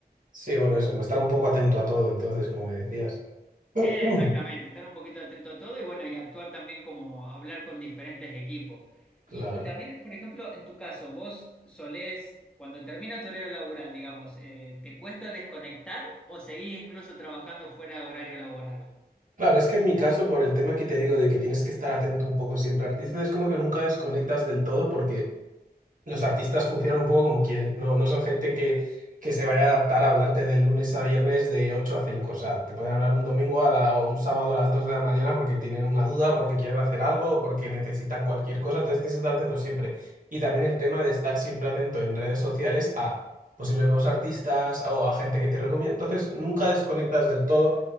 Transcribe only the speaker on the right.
Sí, bueno, eso, como estar un poco atento a todo, entonces, como me decías. <clears throat>
Claro.
Claro, es que en mi caso, por el tema que te digo de que tienes que estar atento un poco siempre al artista, es como que nunca desconectas del todo porque los artistas funcionan un poco como quieren, no, no son gente que,
que se vaya a adaptar a hablarte de lunes a viernes de 8 a cinco o sea, te pueden hablar un domingo a la- o un sábado a las 2 de la mañana porque tienen una duda, porque quieren hacer algo, o porque necesitan cualquier cosa, entonces tienes que estar atento siempre. Y también el tema de estar siempre atento en redes sociales a posibles nuevos artistas o a gente que te recomienda, entonces nunca desconectas del todo,